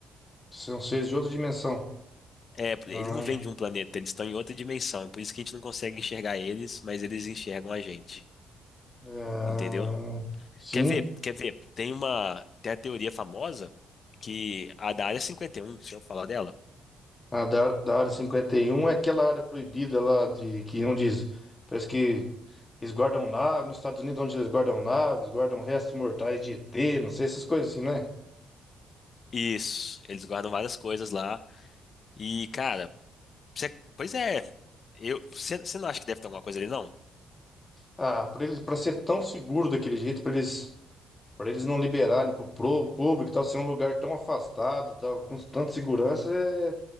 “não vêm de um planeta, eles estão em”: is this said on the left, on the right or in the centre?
Left